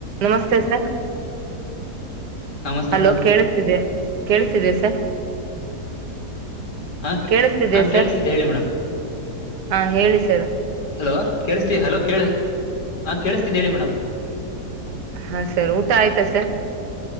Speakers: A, on the right; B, on the left.
A: ನಮಸ್ತೆ
B: ನಮಸ್ತೆ
A: hello
B: madam
A: ಕೇಳಸ್ತಿದೇ ಕೇಳಿಸ್ತಿದೆ ಸರ್
B: ಹಾ
A: ಕೇಳಿಸ್ತಿದೆ
B: ಹಾ
A: ಸರ್
B: ಕೇಳಿಸ್ತಿದ್ದೆ ಹೇಳಿ ಮೇಡಮ್
A: ಹಾ ಹೇಳಿ ಸರ್
B: ಹಲೋ ಕೇಳಿಸತಿದೆ ಹಲೋ ಕೇಳಿ ಹಾ ಕೇಳಿಸ್ತಿದೆ ಹೇಳಿ ಮೇಡಮ್
A: ಹಾ ಸರ್ ಊಟ ಆಯ್ತಾ ಸರ್